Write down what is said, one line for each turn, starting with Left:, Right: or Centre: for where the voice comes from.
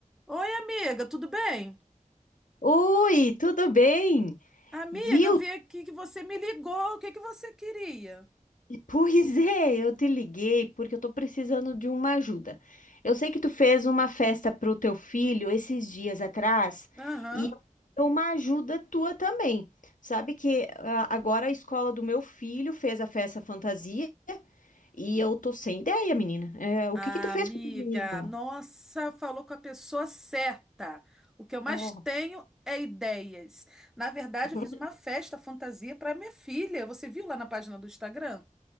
Centre: Oi, amiga, tudo bem?
Left: Oi, tudo bem?
Centre: Amiga,
Left: Viu?
Centre: eu vi aqui que você me ligou. O que que você queria?
Left: <laughs> Pois é, eu te liguei porque eu tô precisando de uma ajuda. Eu sei que tu fez uma festa pro teu filho esses dias atrás
Centre: Aham.
Left: e eu quero uma ajuda tua também. Sabe que ah, agora a escola do meu filho fez a festa fantasia e eu tô sem ideia, menina. É, o
Centre: Ah,
Left: que que tu fez
Centre: amiga,
Left: com o teu menino?
Centre: nossa, falou com a pessoa certa. O que eu mais
Left: Oh.
Centre: tenho é ideias. Na verdade, eu
Left: <laughs>
Centre: fiz uma festa fantasia para minha filha. Você viu lá na página do Instagram?